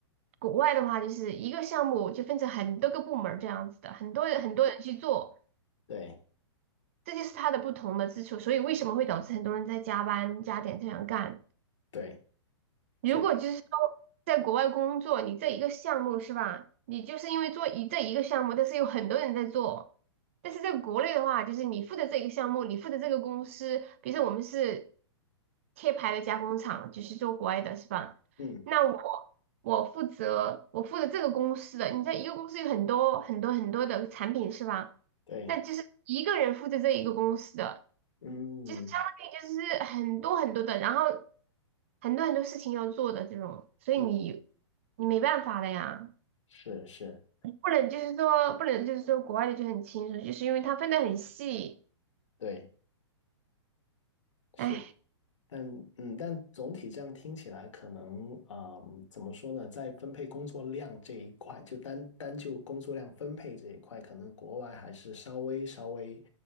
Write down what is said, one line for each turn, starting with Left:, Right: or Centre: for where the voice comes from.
Right: 国外的话就是一个项目就分成很多个部门儿这样子的，很多人很多人去做，
Left: 对
Right: 这就是它的不同的之处，所以为什么会导致很多人在加班加点这样干。
Left: 对，
Right: 如果就是说在国外工作，
Left: 确，
Right: 你这一个项目是吧？你就是因为做一这一个项目，但是有很多人在做。但是在国内的话，就是你负责这一个项目，你负责这个公司，比如说我们是贴牌的加工厂，就是做国外的是吧？
Left: 嗯，
Right: 那我我负责我负责这个公司的，你在一个公司有很多很多很多的产品是吧？
Left: 对，
Right: 那就是一个人负责这一个公司的。
Left: 嗯
Right: 就是相当于就是很多很多的，然后很多很多事情要做的这种，所以你
Left: 嗯，
Right: 你没办法的呀，
Left: 是是，
Right: 不能就是说不能就是说国外的就很轻松，就是因为它分得很细，
Left: 对。是。
Right: 哎，
Left: 但嗯，但总体这样听起来，可能啊，怎么说呢，在分配工作量这一块，就单单就工作量分配这一块，可能国外还是稍微稍微